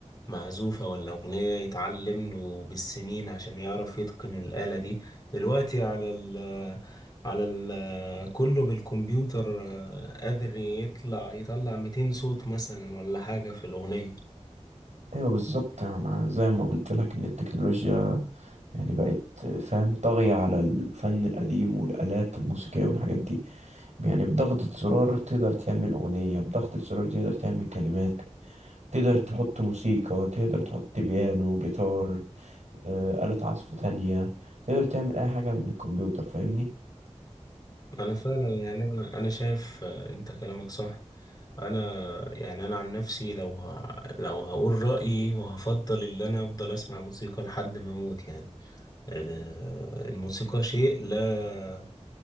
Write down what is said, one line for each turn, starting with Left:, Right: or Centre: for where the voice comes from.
Left: معزوفة ولا أغنية يتعلم له بالسنين عشان يعرف يتقن الآلة دي دلوقتي على ال على ال كله بالكمبيوتر آه، قادر يطلع يطلع 200 صوت مثلا ولا حاجة في الأغنية
Right: أيوة بالظبط أنا زي ما قلت لك إن التكنولوجيا يعني بقت فاهم طاغية على الفن القديم والآلات الموسيقية والحاجات دي يعني بضغطة زرار تقدر تعمل أغنية بضغطة زرار تقدر تعمل كلمات تقدر تحط موسيقى تقدر تحط بيانو جيتار آه، آلة عزف تانية تقدر تعمل أي حاجة من الكمبيوتر فاهمني
Left: انا فعلا يعني انا انا شايف آه، انت كلامك صح انا يعني انا عن نفسي لو ه... لو هقول رايي وهفضل ان انا افضل اسمع موسيقى لحد ما اموت يعني آه، الموسيقى شيء لا